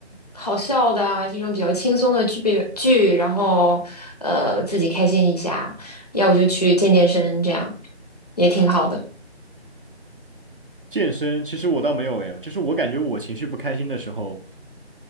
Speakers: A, on the left (about 35°); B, on the right (about 55°).
A: 好笑的啊，这种比较轻松的剧剧，然后呃自己开心一下，要不就去健健身，这样也挺好的。
B: 健身其实我倒没有诶，就是我感觉我情绪不开心的时候，